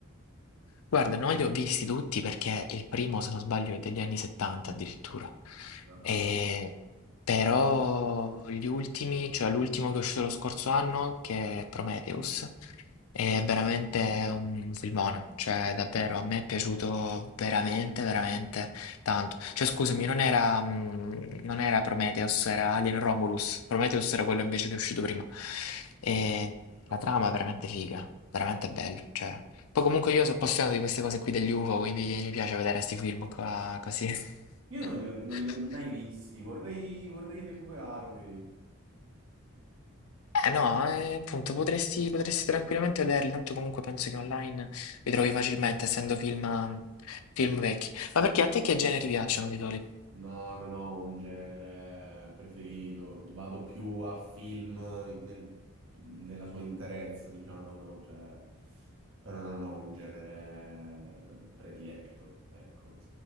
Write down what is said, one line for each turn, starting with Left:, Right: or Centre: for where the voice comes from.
Left: Guarda, non li ho visti tutti perché il primo, se non sbaglio, è degli anni 70 addirittura.
Right: Ah,
Left: E- Però gli ultimi, cioè l'ultimo che è uscito lo scorso anno, che è Prometheus, è veramente un filmone. Cioè, davvero, a me è piaciuto veramente, veramente tanto. Cioè, scusami, non era, mh, non era Prometheus, era Alien Romulus. Prometheus era quello invece che è uscito prima. E
Right: ok.
Left: la trama è veramente figa, veramente bella, cioè. Poi comunque io sono appassionato di queste cose qui degli UFO, quindi mi piace vedere questi film qua così. <laughs>
Right: Io non li ho, non li ho mai visti, vorrei, vorrei recuperarmeli.
Left: Eh no, eh, appunto, potresti, potresti tranquillamente vederli, tanto comunque penso che online li trovi facilmente, essendo film, ehm, film vecchi. Ma perché a te che generi piacciono di solito?
Right: No, non ho un genere preferito, vado più a film nel- nella sua interezza, diciamo, no? Cioè, però non ho un genere prediletto, ecco.